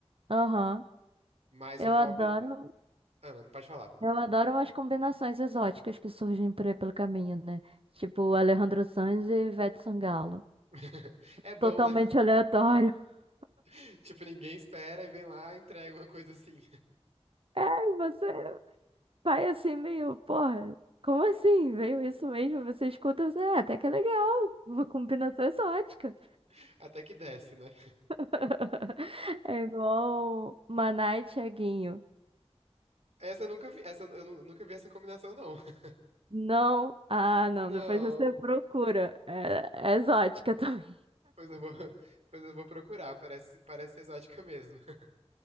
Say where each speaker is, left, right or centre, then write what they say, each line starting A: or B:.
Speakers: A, on the right (about 60°); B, on the right (about 80°).
A: aham.
B: Mas
A: Eu
B: o pop.
A: adoro,
B: Ah, não, pode falar.
A: eu adoro umas combinações exóticas que surgem por aí pelo caminho, né? Tipo Alejandro Sanz e Ivete Sangalo.
B: <laughs> É bom,
A: Totalmente
B: né?
A: aleatório. <laughs>
B: <laughs> Tipo, ninguém espera e vem lá e entrega uma coisa assim.
A: É, você vai assim meio, porra, como assim? Veio isso mesmo? Você escuta, você, é, até que é legal. Uma combinação exótica.
B: <laughs> Até que desce, né?
A: <laughs> É igual Maná e Thiaguinho.
B: Essa eu nunca vi, essa eu nu- nunca vi essa combinação, não. <laughs>
A: Não, ah,
B: Não.
A: não, depois você procura. É, é exótica <laughs> também.
B: Pois eu vou, <laughs> pois eu vou procurar. Parece, parece exótica mesmo. <laughs>